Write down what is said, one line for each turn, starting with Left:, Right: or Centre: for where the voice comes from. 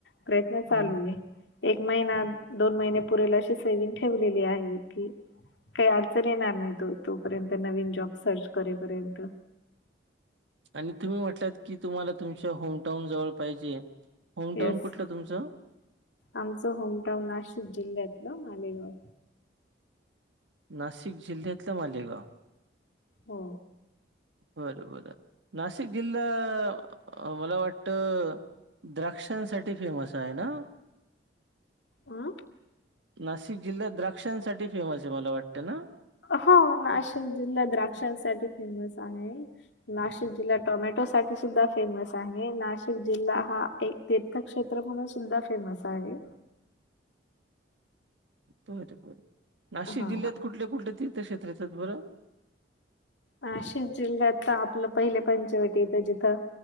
Left: प्रयत्न चालू
Right: हं.
Left: आहे एक महिना दोन महिने पुरेल अशी सेव्हिंग ठेवलेली आहे की काही अडचण येणार नाही तो तोपर्यंत नवीन जॉब सर्च करेपर्यंत
Right: आणि तुम्ही म्हटलात की तुम्हाला तुमच्या होमटाऊन जवळ पाहिजे होमटाऊन
Left: येस
Right: कुठल तुमचं
Left: आमचं होमटाउन नाशिक जिल्ह्यातलं मालेगाव
Right: नाशिक जिल्ह्यातलं मालेगाव
Left: हो
Right: बरबर नाशिक जिल्हा मला वाटत द्राक्षांसाठी फेमस आहे ना
Left: आं
Right: नाशिक जिल्ह्यात द्राक्षांसाठी फेमस आहे मला वाटत ना
Left: हा नाशिक जिल्हा द्राक्षांसाठी फेमस आहे नाशिक जिल्हा टोमॅटो साठी सुद्धा फेमस आहे नाशिक जिल्हा हा एक ते तीर्थ क्षेत्र म्हणून सुद्धा फेमस आहे
Right: बर बर नाशिक
Left: हा
Right: जिल्ह्यात कुठल्या कुठल्या तीर्थक्षेत्र आहेत बरं
Left: नाशिक जिल्ह्यात आपलं पहिले पंचवटीत जिथं,